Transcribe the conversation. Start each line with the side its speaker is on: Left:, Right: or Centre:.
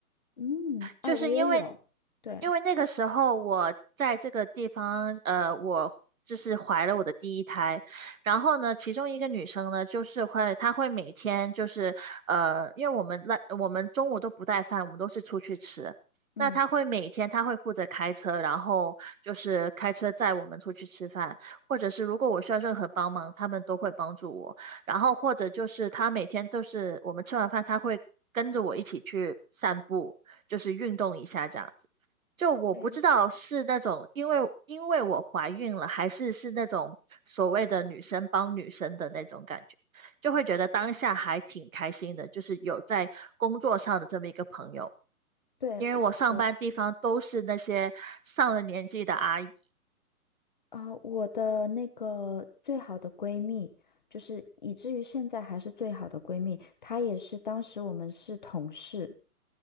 Left: 嗯，啊，
Right: 就是因为
Left: 我也有，对。
Right: 因为那个时候我在这个地方，呃，我就是怀了我的第一胎，然后呢，其中一个女生呢，就是会她会每天就是呃，因为我们那我们中午都不带饭，我们都是出去吃。
Left: 嗯
Right: 那她会每天，她会负责开车，然后就是开车载我们出去吃饭，或者是如果我需要任何帮忙，他们都会帮助我。然后或者就是他每天都是我们吃完饭，他会跟着我一起去散步，就是运动一下这样子。就我不知道是那种因为因为我怀孕了，
Left: 对，
Right: 还是是那种所谓的女生帮女生的那种感觉，就会觉得当下还挺开心的，就是有在工作上的这么一个朋友，
Left: 对，
Right: 因为我上班地方都是那些上了年纪的阿姨，
Left: 我我啊、我的那个最好的闺蜜，就是以至于现在还是最好的闺蜜，她也是当时我们是同事，